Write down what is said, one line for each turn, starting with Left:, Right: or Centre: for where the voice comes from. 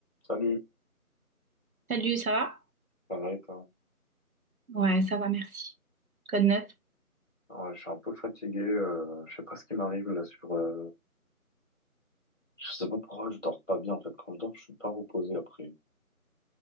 Centre: Salut,
Right: Salut, ça va?
Centre: ça va et toi?
Right: Ouais, ça va, merci. Code 9.
Centre: Ouais, je suis un peu fatigué, euh, je sais pas ce qui m'arrive là sur... euh, je sais pas pourquoi je dors pas bien en fait, quand je dors je suis pas reposé après.